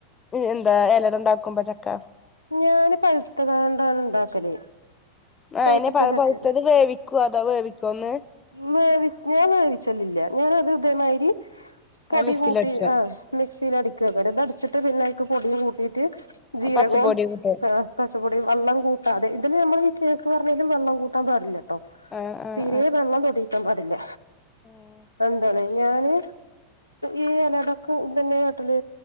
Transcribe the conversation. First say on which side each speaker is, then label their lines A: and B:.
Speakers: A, on the left; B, on the left.
A: എന്താ എലേട് ഇണ്ടാക്കുമ്പോ ചക്ക
B: ഞാന് പഴുത്തത് കൊണ്ടാ ഇണ്ടാക്കല്
A: ആഹ്
B: പഴുത്ത
A: അയിനെ പ
B: ചക്കേ
A: പഴുത്തത് വേവിക്കോ അതോ വേവിക്കോ ഒന്ന്
B: വേവി ഞാൻ വേവിച്ചല്ലില്ല ഞാനത് ഇതേമാതിരി പൊടി
A: ആഹ് മിക്സിലടിച്ചോ
B: കൂട്ടി ആഹ് മിക്സിൽ അടിക്ക വെറുതെ അടിച്ചിട്ട് പിന്നെ അതിക്ക് പൊടിയും കൂട്ടീയിട്ട് ജീരകോം
A: പച്ചപ്പൊടി കൂട്ടി
B: പച്ചപ്പൊടി വള്ളം കൂട്ടാതെ ഇതില് നമ്മ കേക്ക് പറഞ്ഞേലും വെള്ളം കൂട്ടാൻ പാടില്ല ട്ടോ
A: ആഹ് ആഹ്
B: തീരെ വെള്ളം തൊടിയിക്കാൻ പാടില്ല
A: ആഹ്
B: എന്താണ് ഞാന് ഈ ഇലടക്കും ഇതന്നെ കേട്ടല്